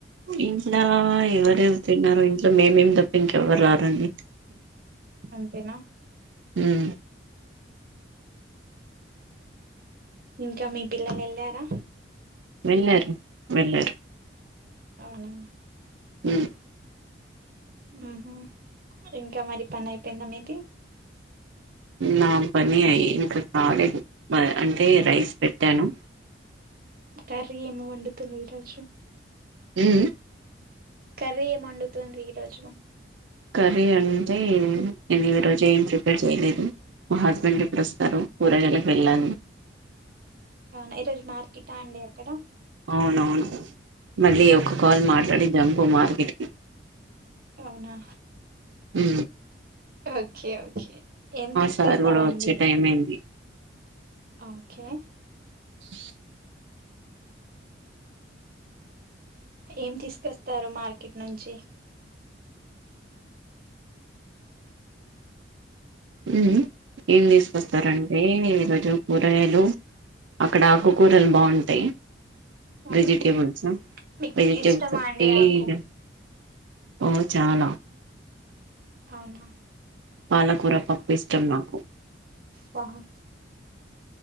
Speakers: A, on the right (about 80°); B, on the right (about 50°).
A: ఇంట్ల ఎవరెవరు తిన్నారో ఇ మేమేమి దప్ప ఇంకెవ్వరు రారండి
B: అంతేనా
A: మ్మ్
B: ఇంకా మీ పిల్లలు ఎళ్ళారా
A: వెళ్లారు వెళ్లారు
B: అవునా
A: హ్మ్
B: ఊహు ఇంకా మరి పని అయిపోయింద మీది
A: నా పని ఐ ఇంకా కాలేదు ప అంటే రైస్ పెట్టాను
B: కర్రీ ఏమి వండుతురు ఈ రోజు
A: హు హూ
B: కర్రీ ఏం వండుతుర్రు ఈరోజు
A: కర్రీ అంటే నేను ఈ రోజు ఏం ప్రిపేర్ చేయలేదు మా హస్బెండ్ ఇప్పుడు వస్తారు కూఊరగాళకి వెళ్ళాను
B: అవునా ఈరోజు మార్కెటా అండి అక్కడ
A: అవునవును మళ్ళీ ఒక కాల్ మాట్లాడి జంబ మార్కెట్కి
B: అవునా
A: అ
B: ఓకే ఓకే ఏం తీసుకొస్తారా
A: సార్ కూడా
B: అండి
A: వచ్చే టైం అయింది
B: ఓకే
A: ఈ
B: ఏం తీసుకొస్తారు మార్కెట్ నుంచి
A: ఉ ఏం తీసుకొస్తారంటడి రు కూరగాయలు అక్కడ ఆకుకూరలు బాగుంటాయి
B: ఓకే
A: వజిటేబల్స్
B: మీకు
A: వెజిటబల్
B: ఇష్టమా అండి ఆకు
A: ఓ చాలా
B: అవునా
A: పాలకూర పప్పు ఇష్టం నాకు.
B: వాహ్